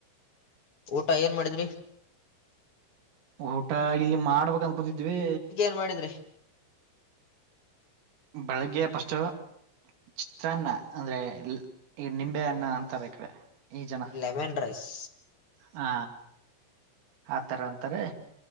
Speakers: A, on the left; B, on the right.
A: ಊಟ ಏನ್ ಮಾಡಿದ್ರಿ.
B: ಊಟ ಇಲ್ಲಿ ಮಾಡ್ಬೇಕ್ ಅಂತಾ ಕುಂತಿದ್ವಿ.
A: ನ್ ಮಾಡಿದ್ರಿ.
B: ಬೆಳಗ್ಗೆ ಪಸ್ಟ್. ಚಿತ್ರಾನ್ನ ಅಂದ್ರೆ ಇಲ್ ನಿಂಬೆ ಅಣ್ಣ ಅಂತಾರ್ ಇಕಡೆ ಈ ಜನ.
A: Lemon rice.
B: ಹಾ ಆತರ ಅಂತರೆ.